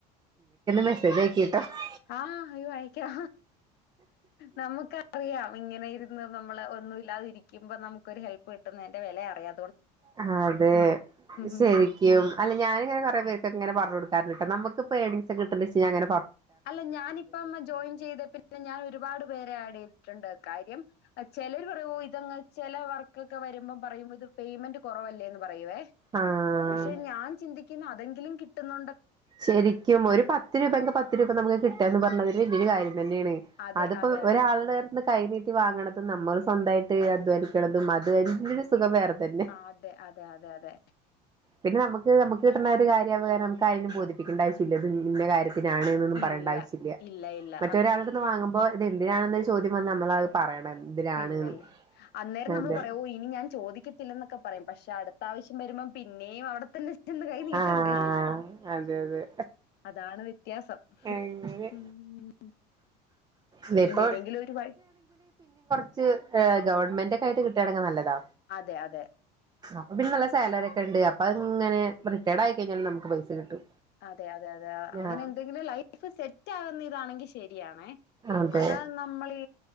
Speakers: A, on the right; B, on the left.
A: മെസേജ് അയി <inaudible>
B: ആഹ് അയ്യോ ആയക്കാ. നമുക്കറിയാം ഇങ്ങനെ ഇരുന്ന് നമ്മള് ഒന്നും ഇല്ലാതിരിക്കുമ്പ നമുക്കൊരു ഹെൽപ് കിട്ടുന്നന്റെ വിലയറിയാ
A: അഹ് അതെ ശരിക്കും
B: ഉം ഉം.
A: അല്ല ഞാനിങ്ങനെ കൊറെ പേ ഇങ്ങനെ പറഞ്ഞ് കൊടുക്കാറിണ്ട് നമ്മുക്കിപ്പോ ഏണിംഗ്സ് കിട്ടിണ്ട്ച്ച് ഞാൻ അ
B: അല്ല ഞാനിപ്പം ജോയിൻ ചെയ്ത പിന്നെ ഞാൻ ഒരുപാട് പേര് ആഡ് ചെയ്തിട്ടുണ്ടായിരു കാര്യം ചിലർ പറയുമോ ഇത് ചില വർക്കൊക്കെ വരുമ്പോം പറയുമ്പോ ഇത് പേയ്മെന്റ് കുറവല്ലേന്ന്. പറയുവേ
A: ആഹ്
B: പക്ഷെ ഞാൻ ചിന്തിക്കിന്ന അതെങ്കി ഇതിലും കിട്ടുന്നു
A: ശരിക്കും ഒരു പത്ത് രൂപങ്കി പത്തി രൂപ നമുക്ക് കിട്ടാന്ന് പറഞ്ഞ <unintelligible> കാര്യം ന്നെയാണ്
B: അതെ
A: അതിപ്പോ
B: അതെ അതെ
A: ഒരാൾടെ കൈനീട്ടി വാങ്ങണതും നമ്മള് സ്വന്തായിട്ട് അധ്വാനിക്കണതും അത് <unintelligible> സുഖം വേറെ തന്നെ
B: ആഹ് അതെ അതെ അതെ അതെ
A: പിന്നെ നമ്ക്ക് നമുക്ക് കിട്ടണ ഒരു കാര്യം വേറെ നുമുക്ക് ആരേലും ബോധി പ്പിക്കേണ്ട ആവിശ്യല്ല ഇത് ഇന്ന കാര്യത് തിനാണ്ന്നൊന്നും പറയേണ്ട
B: ഇല്ല
A: ആവശ്യല്ല
B: ഇല്ല ഇല്ല
A: മറ്റൊരാളുട്ത്ത്ന്ന് വാങ്ങുമ്പോ അതെന്തിനാണെന്ന് ഒരു ചോദ്യം വന്ന നമ്മളത് പറയണം എന്തിനാണ്ന്ന്
B: പിന്നല്ലേ അന്നേരം നമ്മള്
A: അതെ
B: പറയും ഓഹ് ഇനി ഞാൻ ചോദിക്കത്തില്ല എന്നൊക്കെ പറയും പക്ഷെ അടുത്ത ആവശ്യം വരുമ്പം പിന്നെയും അവിടെത്തന്നെ ചെന്ന് കൈ നീട്ട്ണ്ടേ
A: ആഹ് അതെ അതെ
B: അതാ ണവി ത്യാസം
A: അങ്ങനെ
B: മ്
A: ഇതിപ്പോ
B: ഇങ്ങനെയെങ്കിലും ഒരു വഴി
A: ച്ച് എഹ് ഗവൺമെന്റെക്കെ ആയിട്ട് കിട്ടെണങ്കിൽ നല്ലതാ
B: അതെ അതെ
A: അപ്പം പിന്നെ നല്ല സാലറിക്കെ ഉണ്ട് അപ്പം അങ്ങനെ റിട്ടേഡ് ആയിക്കഴിഞ്ഞാല് നമുക്ക് പൈസ കിട്ടും
B: അതെ അതെ അതെ ആഹ് അങ്ങനെ
A: ആ
B: എന്തെങ്കിലും ലൈ സെൽഫ് സെറ്റ് ആകുന്ന ഇതാണെങ്കിൽ ശ് ശരിയാണേ
A: അതെ
B: അല്ലാതെ നമ്മളീ